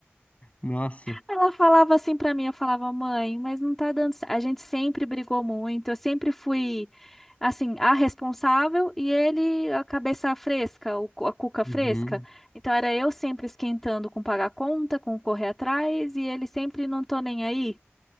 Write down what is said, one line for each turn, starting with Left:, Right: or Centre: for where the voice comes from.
Left: <laughs> nossa.
Centre: Ela falava assim pra mim, eu falava, mãe, mas não tá dando. certo A gente sempre brigou muito, eu sempre fui, assim, a responsável e ele a cabeça fresca, o cu- a cuca
Left: Uhum,
Centre: fresca. Então era eu sempre esquentando com pagar conta, com correr atrás e ele sempre não tô nem aí.